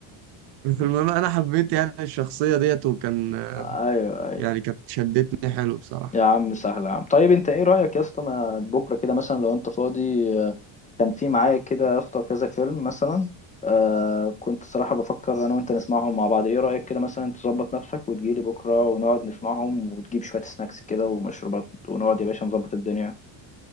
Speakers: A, on the right; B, on the left.
A: المهم أنا حبيت يعني الشخصية ديت وكان آه،
B: <laughs> أيوه
A: يعني كانت شدتني حلو بصراحة
B: يا عم سهل يا عم طيب انت ايه رأيك يا اسطى ما بكره كده مثلا لو انت فاضي آه، كان في معايا كده يا اسطى كذا فيلم مثلا آه كنت صراحة بفكر انا وانت نسمعهم مع بعض ايه رأيك كده مثلا تظبط نفسك وتجيلي بكره ونقعد نسمعهم وتجيب شوية سناكس كده ومشروبات ونقعد يا باشا نظبط الدنيا